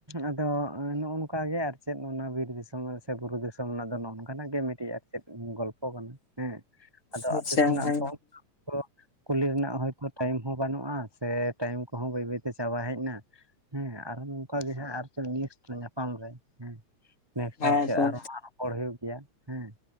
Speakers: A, on the right; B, on the left.
A: ᱟᱫᱚ ᱱᱚᱜᱚ ᱱᱚᱝᱠᱟ ᱜᱮ ᱟᱨ ᱪᱮᱫ ᱚᱱᱟ ᱵᱤᱨ ᱫᱤᱥᱚᱢ ᱥᱮ ᱵᱩᱨᱩ ᱫᱤᱥᱚᱢ ᱨᱮᱱᱟᱜ ᱫᱚ ᱱᱚᱝᱠᱟᱱᱟᱜ ᱜᱮ ᱢᱤᱫᱴᱤᱡ ᱟᱨ ᱪᱮᱫ ᱜᱚᱞᱯᱷᱚ ᱠᱟᱱᱟ ᱦᱮᱸ ᱟᱫᱚ
B: ᱟᱪᱪᱷᱟ
A: ᱟᱯᱮ ᱥᱮᱱᱟᱜ
B: ᱦᱮᱸ, ᱦᱮᱸ, ᱟᱨ ᱨᱚᱯᱚᱲ
A: ᱫᱚ ᱠᱚᱦᱚ ᱠᱩᱞᱤ ᱨᱮᱱᱟᱜ ᱦᱚᱭᱛᱚ ᱴᱟᱭᱤᱢ ᱦᱚᱸ ᱵᱟᱹᱱᱩᱜᱼᱟ ᱥᱮ ᱴᱟᱭᱤᱢ ᱠᱚᱦᱚᱸ ᱵᱟᱹᱭ ᱵᱟᱹᱭ ᱛᱮ ᱪᱟᱵᱟ ᱦᱮᱡ ᱱᱟ ᱦᱮᱸ <unintelligible> ᱧᱟᱯᱟᱢ ᱨᱮ ᱱᱮᱥ
B: ᱦᱩᱭᱩᱜᱼᱟ᱾
A: ᱠᱟᱨᱛᱮ ᱟᱨᱦᱚᱸ ᱦᱟᱜ ᱨᱚᱯᱚᱲ ᱦᱩᱭᱩᱜ ᱜᱮᱭᱟ ᱦᱮᱸ᱾